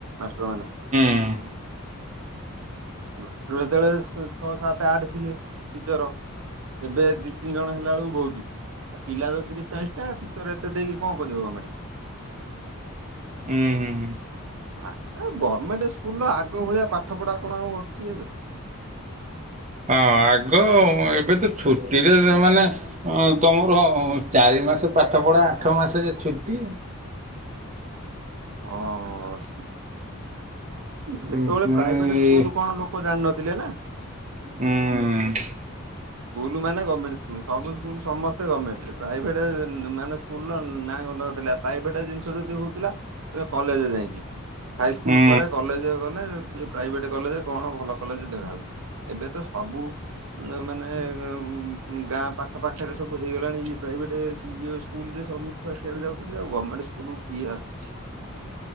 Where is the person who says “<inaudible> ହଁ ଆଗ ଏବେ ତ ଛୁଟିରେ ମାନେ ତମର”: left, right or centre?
Right